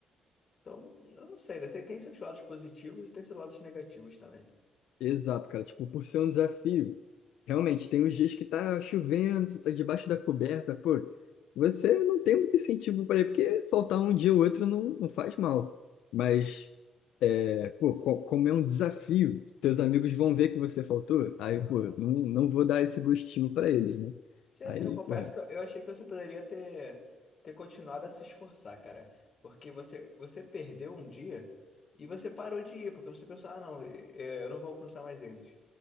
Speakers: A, on the left; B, on the left.
A: então, eu não sei, né? Tem, tem seus lados positivos e tem seus lados negativos também.
B: Exato, cara. Tipo, por ser um desafio, realmente, tem uns dias que tá chovendo, você tá debaixo da coberta, pô. Você não tem muito incentivo para ir, porque faltar um dia ou outro não, não faz mal. Mas É, pô, co- como é um desafio, teus amigos vão ver que você faltou, aí,
A: Aham.
B: pô, não, não vou dar esse gostinho pra eles, né?
A: Sim, assim,
B: Aí,
A: eu confesso
B: pô. É,
A: que eu eu achei que você poderia ter, ter continuado a se esforçar, cara. Porque você, você perdeu um dia e você parou de ir, porque você pensou, ah, não, eh, eu não vou alcançar mais eles.